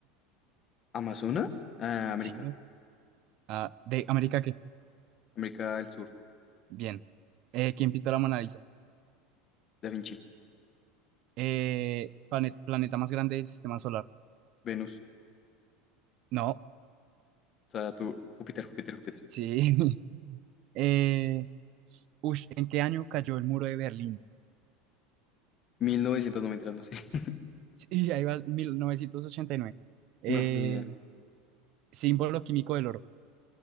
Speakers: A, on the left; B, on the right.
A: Amazonas, ah, América,
B: Sí, bro. Ah, ¿de América qué?
A: América del Sur,
B: Bien. Eh, ¿quién pintó la Mona Lisa?
A: Da Vinci,
B: Eh, planet- planeta más grande del sistema solar.
A: Venus,
B: No.
A: Saturno, Júpiter, Júpiter, Júpiter.
B: Sí. <laughs> Eh, ush, ¿en qué año cayó el muro de Berlín?
A: 1993, no sé. <laughs>
B: Sí, ahí va, 1989. Eh,
A: No, ni idea.
B: símbolo químico del oro.